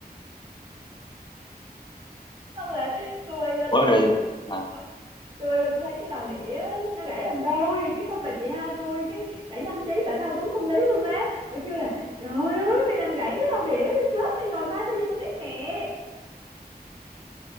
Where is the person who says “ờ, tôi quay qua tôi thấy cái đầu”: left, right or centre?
Right